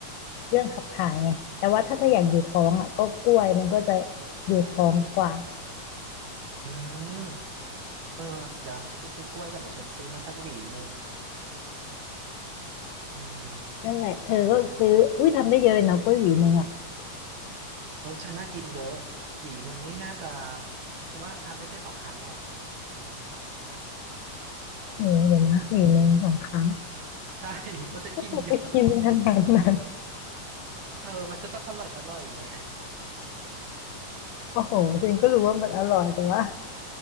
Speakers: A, on the left (about 85°); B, on the right (about 75°).
A: เรื่องขับถ่ายไงแต่ว่าถ้าเธออยากอยู่ท้องอ่ะก็กล้วยมันก็จะอยู่ท้องกว่า
B: อืมเออเดี๋ยวฉันไปซื้อกล้วยก่อนเดี๋ยวฉันซื้อมาสักหวีหนึ่งอืม
A: นั่นแหละเธอก็ซื้ออุ้ยทำได้เยอะเลยนะกล้วยหวีหนึ่งอ่ะ
B: เออฉันน่ากินเยอะหวีหนึ่งนี่น่าจะฉันว่าทำได้แค่สองครั้งแหละ
A: โอ้โหเดี๋ยวนะหวีหนึ่งสองครั้ง
B: อืมใช่ <laughs> เพราะฉันกินเยอะ
A: <laughs> ไปกินขนาดนั้น
B: เธอมันก็ต้องอร่อยอร่อยไง
A: โอ้โหฉันก็รู้ว่ามันอร่อยแต่ว่า